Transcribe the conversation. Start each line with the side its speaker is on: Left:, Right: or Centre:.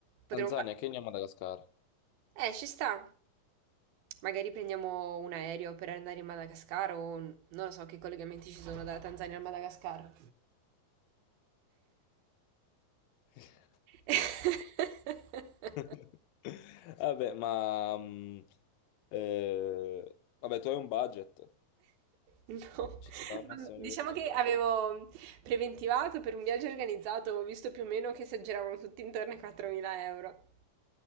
Right: Potremmo
Left: Tanzania,
Right: fa-
Left: Kenya, Madagascar.
Right: Eh, ci sta. Magari prendiamo un aereo per andare in Madagascar o non lo so che collegamenti ci sono dalla Tanzania al Madagascar.
Left: <laughs>
Right: <laughs>
Left: <laughs> Vabbè, ma mm, eh, vabbè, tu hai un budget,
Right: No,
Left: ci sta al massimo
Right: diciamo
Left: che puoi spendere.
Right: che avevo mm, preventivato per un viaggio organizzato, ho visto più o meno che si aggiravano tutti intorno ai 4.000 euro.